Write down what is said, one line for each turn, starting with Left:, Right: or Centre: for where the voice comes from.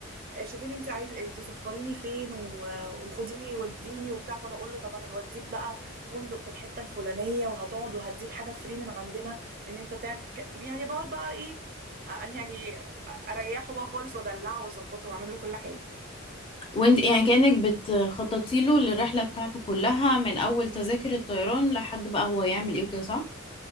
Right: آه، شوفي لي انت عايز آه، تسفريني فين و- وخديني وديني وبتاع فانا اقول له طب انا هوديك بقى فندق في الحته الفلانيه وهتقعد وهديك حاجه فري من عندنا ان انت تعمل ك- يعني بقعد بقى ايه ا- يعني اريحه بقى خالص وادلعه واظبطه واعمل له كل حاجه
Left: وانت يعني كأنك بتخططي له للرحلة بتاعته كلها من اول تذاكر الطيران لحد بقى هو يعمل ايه وكده صح؟